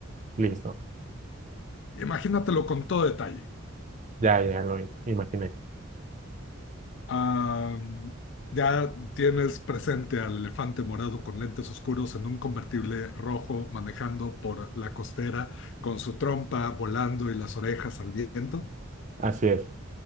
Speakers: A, on the right; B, on the left.
A: listo.
B: Imagínatelo con todo detalle.
A: Ya, ya lo imaginé.
B: Ah, ya tienes presente al elefante morado con lentes oscuros en un convertible rojo manejando por la costera con su trompa volando y las orejas al viento.
A: Así es.